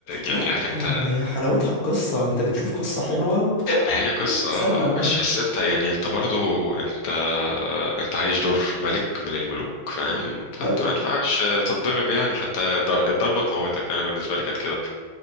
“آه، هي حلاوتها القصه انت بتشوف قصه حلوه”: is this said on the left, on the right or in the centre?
Left